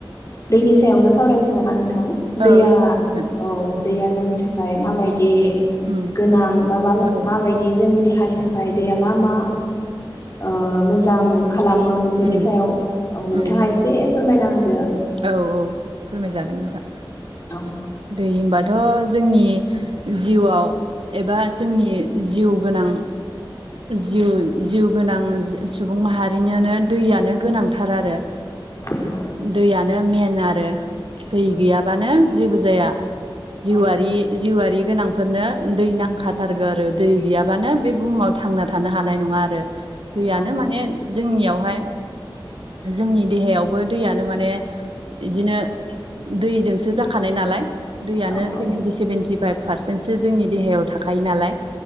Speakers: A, on the left; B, on the right.
A: दैनि सायावनो सावरायनोसै नामा नों थां
B: औ
A: दैया
B: सावरायजागोन
A: औ दैया जोंनि थाखाय माबायदि दि
B: उम
A: गोनां बा
B: औ
A: मायदि जोंनि दे देहानि थाखाय दैया मा मा? ओ मोजां। खालामो
B: उम
A: बेफोरनि सायाव औ नोंथाङा
B: उम
A: एसे फोरमायना होदो।
B: औ औ फोरमायजागोन
A: औ
B: नोंथां।
A: औ
B: दै होनबा‌ थ' जोंनि जिउआव एबा जोंनि जिउ गोनां जिउ जिउ गोनां सुबुं माहारिनायानो दैयानो गोनांथार आरो। <unintelligible>
A: औ औ
B: मेन आरो दै गैयाबानो जेबो जाया।
A: औ
B: जिउआरि जिउआरि गोनांफोरनो दै नांखाथारगौ आरो दै गैयाबानो बे बुहुमाव थांना थानो हानाय नङा आरो। दैयानो
A: औ
B: माने जोंनियावहाय जोंनि देहायावबो दैया नो माने इदिनो दैजोंसो जाखानाय नालाय दैयानो
A: औ औ
B: सेभेेनटि सेभेेनटि फाइभ पारसेन्टसो जोंनि देहायाव थाखायो नालाय